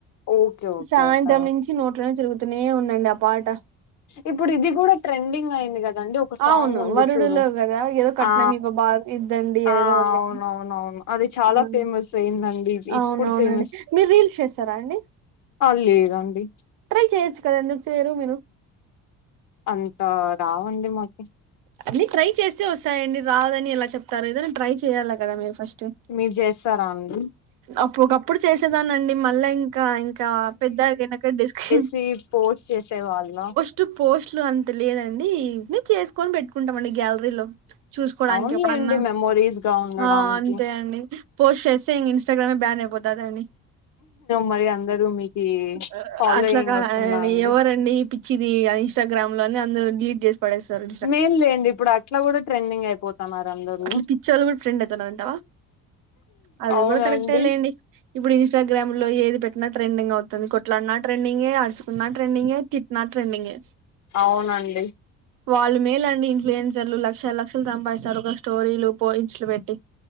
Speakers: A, on the left; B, on the right.
A: ఓకే ఓకే
B: సాయంత్రం
A: అత
B: నుంచి నోట్లోనె తిరుగుతూనే ఉందండి ఆ పాట
A: ఇప్పుడు ఇది గూడ ట్రెండింగ్ ఐయింది గద్ రండు ఒక సాంగుంది
B: అవును వరుడులో
A: చూడు
B: కదా ఏదో కట్నం
A: ఆ
B: ఇవ్వ బా ఇద్దండి
A: ఆ
B: ఏదో ఉంది
A: ఔనౌనౌనౌనౌవును అది చాలా
B: ఆ
A: ఫేమస్ ఐదండి ఇద్ ఇప్పుడు
B: అవునవునండి
A: ఫేమస్
B: మీరు రీల్స్ చేస్తారా అండి
A: ఆ లేదండి
B: ట్రై చేయొచ్చు కదా ఎందుకు చేయ్ రు మీరు
A: అంత రావండి మాకు
B: అన్నీ ట్రై చేస్తే ఓస్సయండి రాదని ఎలా చెప్తారు ఏదైన ట్రై చెయాలా గదా మీరు ఫస్టు
A: మీర్ జేస్తారా అండ్
B: అప్పుఓకప్పుడు చేసేదానండి మళ్ళా ఇంకా ఇంకా పెద్దగైనేక డిస్ క్యూమ్
A: సి పోస్ట్ చేసే వాళ్ళం
B: టు పోస్ట్లు అంత లేదండి ఈ ఉక్ నే చేసుకొన్ బెట్టుకుంటామండి గ్యాల్రీలో చూస్ కోడాన్
A: అవునులేండి
B: కి ఎప్పుడన్నా
A: మెమోరీస్ గా ఉండడానికి
B: ఆ అంతే అండి పోస్ట్ చేస్తే ఇంగ్ ఇన్ స్టగ్రామే బ్యాన్ ఐపోతాదండి
A: మరి అందరూ మీకి
B: ఓ
A: ఫాలోయింగ్
B: అట్లాగాదండి
A: వస్తుందా అండి
B: ఎవరండి పిత్ చ్చిది అన్ ఇంస్టాగ్రామ్ లోనే అందరు డిలీట్ జేస్ పడేసారు
A: మేన్ లేండి ఇప్పుడ్ అట్లా గడ ట్రెండింగ్ అయిపోతన్నారు అందరు
B: అట్లా పిచ్చోళ్ళు కూడా ఫ్రెండ్ అయితనంటా అది
A: అవునండి
B: గడ కరెక్టే లేండి ఇప్పుడు ఇన్స్టాగ్రామ్ లో ఏది పెట్టినా ట్రెండింగ్ అవుతుంది కొట్లాడిన ట్రెండింగే అరుచుకున్నా ట్రెండింగే తి నా ట్రెండింగే
A: అవునండి
B: వాళ్ళు మేలండి ఇన్ఫ్లుయెన్సర్లు లక్షల లక్షలు సంపాదిసారు ఒక స్టోరీలు పోయిస్ట్లు పెట్టి